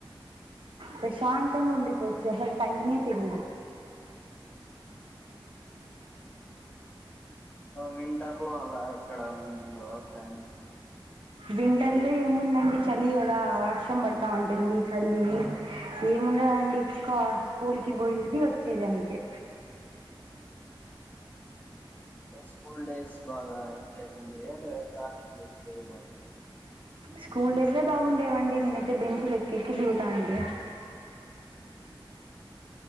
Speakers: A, on the right (about 70°); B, on the left (about 20°).
A: ప్రశాంతంగా ఉండిపోచ్చు అసలు టైమే తెలీదు
B: వింటర్ లో అలా ఎక్కడ ఏము ఉండవా ప్లాన్స్
A: వింటర్ లో ఏముందండి చలి కదా వర్షం పడతా ఉంటుంది చలి ఏ ముండదండి ఇంకా స్కూల్ కి పోయాది వచ్చేది అంతే
B: స్కూల్ డేస్ బాగా లేకుంటే మీరు కాలేజీ డేస్ లో బాగ
A: స్కూల్ డేసే బాగుండేవండి నేనుఅయితే బెంచ లెక్క ఎక్కి దిగుతాంటీ